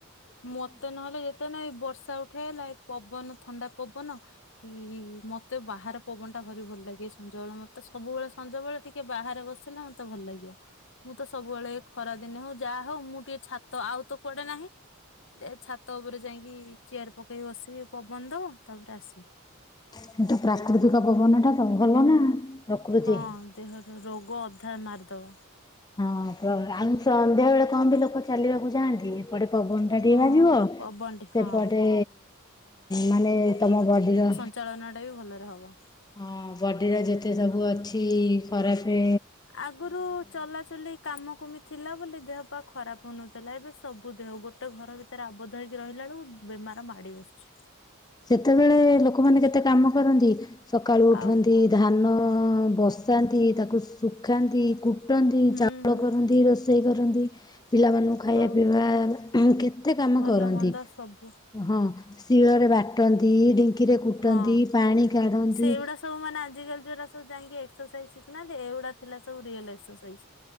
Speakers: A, on the left (about 60°); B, on the left (about 20°).
A: ମତେ ନହେଲେ ଯେ ତ ନାହିଁ ଏ ବର୍ଷା ଉଠେଇଲା ଏ ପବନ ଥଣ୍ଡା ପବନ ଇ ମତେ ବାହାରେ ପବନ ଟା ଭାରି ଭଲ ଲାଗେ ସଞ୍ଜ ବେଳେ ମତେ ସବୁବେଳେ ସଞ୍ଜ ବେଳେ ଟି ଟିକେ ବାହାରେ ବସିଲେ ମତେ ଭଲ ଲାଗିବ। ମୁଁ ତ ସବୁବେଳେ ଏ ଖରା ଦିନେ ହଉ ଯାହା ହଉ ମୁଁ ଟିକେ ଛାତ ଆଉ ତ କୁଆଡେ ନାହିଁ। ଏ ଛାତ ଉପରେ ଯାଇଁକି ଚେୟାର ପକେଇ ବସିବି ପବନ ଦବ ତାପରେ ଆସିବି।
B: ସେଟା ପ୍ରାକୃତିକ ପବନ ଟା ତ ଭଲ ନା। ପ୍ରକୃତି।
A: ହଁ ଦେହରେ ରୋଗ ଅଧା ମାରିଦବ।
B: ହଁ ଆଉ ସନ୍ଧ୍ୟାବେଳେ କହନ୍ତି ଲୋକ ଚାଲିବାକୁ ଯାଆନ୍ତି ଏପଟେ ପବନ ଟିକେ
A: ହଁ
B: ବାଜିବ
A: ପବନଟି
B: ସେପଟେ
A: ହଁ
B: ମାନେ ତମ ବଡିର
A: ଚାଳନାଟା ବି ଭଲରେ ହବ।
B: ହଁ ବଡ଼ିର ଯେତେ ସବୁ ଅଛି ଖରାପେ।
A: ଆଗରୁ ଚଲାଚୁଲି କାମ କୁମି ଥିଲା ବୋଲି ଦେହ ପା ଖରାପ ହଉନଥିଲା ଏବେ ସବୁ ଦେହ ଗୋଟେ ଘର ଭି ସେରା ଆବଦ୍ଧ ହେଇକି ରହିଲାକୁ ବେ ବେମାର ମାଡ଼ି ବସୁଛି।
B: ସେତେବେଳେ ଲୋକମାନେ କେତେ କାମ କରନ୍ତି ସକାଳୁ ଉଠନ୍ତି
A: ଆଉ
B: ଧାନ ବସାନ୍ତି ତାକୁ ଶୁଖାନ୍ତି କୁଟନ୍ତି
A: ହୁଁ
B: ଚାଉଳ
A: ହୁଁ
B: କରନ୍ତି ରୋଷେ ରୋଷେଇ କରନ୍ତି ପିଲାମାନଙ୍କୁ ଖାଇବା
A: ଆଉ
B: ପିଇବା କେତେ କାମ
A: ଭଲ
B: କରନ୍ତି।
A: ମନ୍ଦ ସବୁ
B: ହଁ ଶିଳରେ ବାଟନ୍ତି ଢିଙ୍କିରେ କୁଟନ୍ତି
A: ହଁ।
B: ପାଣି କାଢନ୍ତି।
A: ସେଇଗୁଡା ସବୁ ମାନେ ଆଜି କାଲି ଯୋରା ଯଉ ଯାଇଁକି ଏକ୍ସରସାଇଜ ଶିଖୁ ନାହାନ୍ତି ଏଇ ଏଗୁଡା ଥିଲା ସବୁ ରିୟଲ ଏକ୍ସରସାଇଜ।